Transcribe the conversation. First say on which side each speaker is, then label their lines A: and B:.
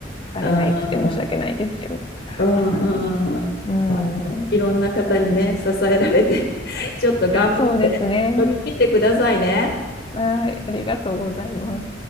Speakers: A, on the left (about 30°); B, on the left (about 55°).
A: かれないくて申し訳ないですけど。
B: ああ、うんうん。
A: はい。うん。
B: まあでも、いろんな方にね、支えられて <laughs> ちょっと頑張って、
A: そうですね。
B: 乗り切ってくださいね。
A: はい。ありがとうございます。